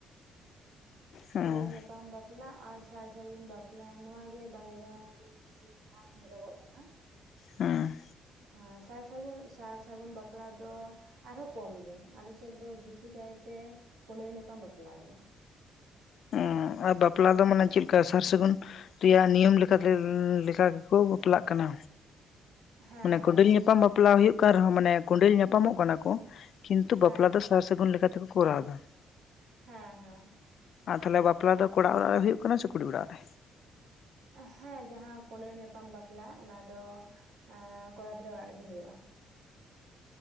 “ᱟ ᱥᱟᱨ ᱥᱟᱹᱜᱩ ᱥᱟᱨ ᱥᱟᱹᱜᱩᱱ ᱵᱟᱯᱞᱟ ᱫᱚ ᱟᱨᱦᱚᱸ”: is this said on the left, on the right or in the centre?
Right